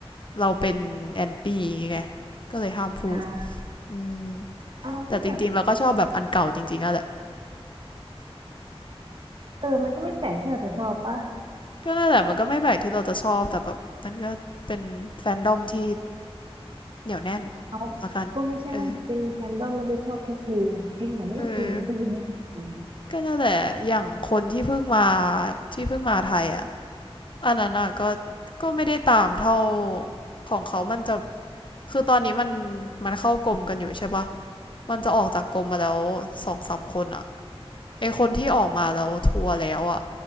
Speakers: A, on the left; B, on the right.
A: เราเป็นแอนตี้อย่างเงี้ยไงก็เลยห้ามพูด
B: อ่า
A: อืม
B: เอาก็แบบ
A: แต่จริงๆเราก็ชอบแบบอันเก่าจริงๆอะแหละ
B: เออมันก็ไม่แปลกที่เราจะชอบป่ะ
A: ก็นั่นแหละมันก็ไม่แปลกที่เราจะชอบแต่แบบมันก็เป็นแฟนดอมที่เหนียวแน่น
B: เอา
A: ละกันเออ
B: ก็ไม่ใช่ว่าเป็นแฟนบ้ามันจะชอบทุกเพลงเพลงไหนไม่โอเคมันก็คือไม่โอเค
A: เออก็นั่นแหละอย่างคนที่เพิ่งมาที่เพิ่งมาไทยอ่ะ อันนั้นอ่ะก็ก็ไม่ได้ตามเท่าของเขามันจะคือตอนนี้มันมันเข้ากรมกันอยู่ใช่ปะมันจะออกจากกรมมาแล้วสองสามคนอ่ะไอคนที่ออกมาแล้วทัวร์แล้วอ่ะ